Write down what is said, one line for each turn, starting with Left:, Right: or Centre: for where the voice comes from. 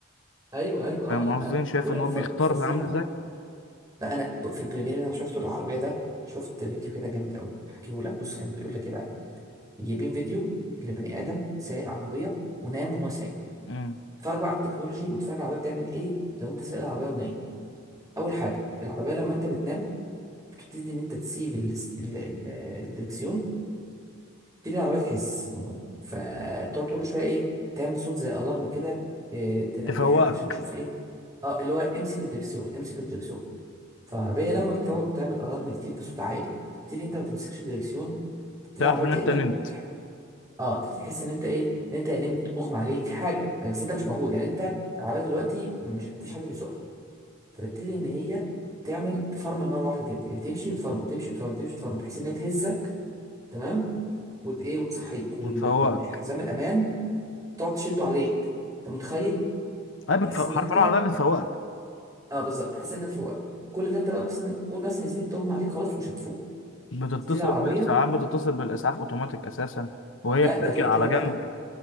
Right: ايوه ايوه
Left: فاهم
Right: اه لا
Left: قصدي شايف
Right: ولا
Left: ان هو
Right: ف-
Left: بيختار
Right: فظيعه
Left: عامل ازاي
Right: فانا ب- في البريمير اللي انا شفته العربيه ده شفت فيديو كده جامد قوي هحكيه لك بص كان بيقول لك ايه بقى جايبين فيديو لبني ادم سايق عربيه ونام وهو سايق
Left: مم.
Right: اتفرج بقى على التكنولوجي واتفرج على العربيه بتعمل ايه لو انت سايق العربيه ونايم اول حاجه العربيه لما انت بتنام بتبتدي ان انت تسيب ال- ال- ال- الدركسيون تبتدي العربيه تحس فتقعد كل شويه ايه تعمل صوت زي الارم كده إيه تنبهك
Left: تفوقك
Right: عشان تشوف ايه اه اللي هو امسك الدركسيون امسك الدركسيون فالعربيه لما بتقعد تعمل الارم كتير بصوت عالي تبتدي انت ما تمسكش الدركسيون تبتدي
Left: تعرف
Right: العربيه
Left: ان
Right: تقلق
Left: انت نمت
Right: وتح- اه انت تحس ان انت ايه ان انت نمت اغمى عليك في حاجه بس انت مش موجود يعني انت العربيه دلوقتي مش مفيش حد بيسوقها فتبتدي ان هي تعمل تفرمل مره واحده كده يعني تمشي وتفرمل تمشي وتفرمل تمشي وتفرمل بحيث ان هي تهزك تمام وت ايه وتصحيك وال...
Left: وتفوقك
Right: والحزام الامان تقعد تشده عليك انت متخيل
Left: هي بتف...
Right: بحيث
Left: حرفيا
Right: ان انت
Left: العربيه بتفوقك
Right: اه بالظبط تحس ان انت فوق كل ده انت بقى مثلا قول مثلا يا سيدي تغمى عليك خلاص مش هتفوق
Left: بتتصل
Right: تبتدي العربيه
Left: بالاسعاف بتتصل بالاسعاف اوتوماتيك اساسا وهي
Right: لا
Left: بتركن
Right: ده غير
Left: على
Right: كده
Left: جنب
Right: بقى